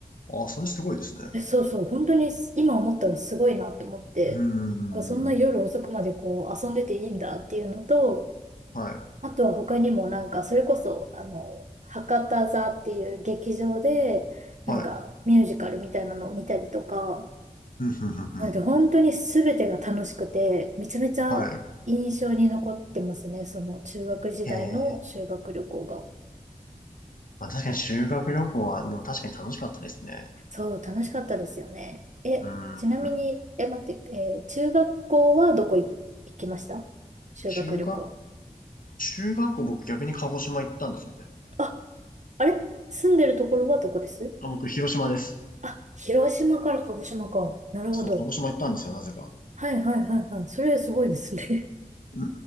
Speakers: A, on the left (about 75°); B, on the right (about 55°).
A: ああ、それすごいですね。
B: え、そうそう、本当に今思ったらすごいなと思って、
A: うーん。
B: なんかそんな夜遅くまでこう遊んでていいんだっていうのと、
A: はい。
B: あとは他にもなんかそれこそ、あの、博多座っていう劇場で、なんかミュージカルみたいなのを見たりとか、
A: はい。うん、ふんふんふん。
B: なので本当に全てが楽しくて、めちゃめちゃ印象に残ってますね。
A: はい。
B: その中学時代の修学旅行が。
A: へえ。まあ確かに修学旅行は、でも確かに楽しかったですね。
B: そう、楽しかったですよね。え、
A: うー
B: ちなみに、
A: ん。
B: え、待って、えー中学校はどこい行きました修学旅行。
A: 中学、中学校僕逆に鹿児島行ったんですよね。
B: あ、あれ住んでるところはどこです
A: あ、僕広島です。
B: あ、広島から鹿児島か。なるほど。
A: そう、鹿児島行ったんですよ、なぜか。
B: はいはいはいはい。それすごいですね。
A: う